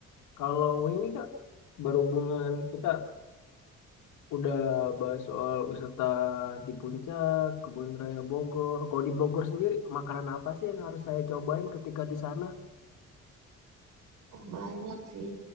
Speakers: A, on the left; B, on the right.
A: kalau ini Kak berhubungan kita udah bahas soal wisata di Puncak, Kebun Raya Bogor. Kalau di Bogor sendiri makanan apa sih yang harus saya cobain ketika di sana?
B: Oh, banyak sih.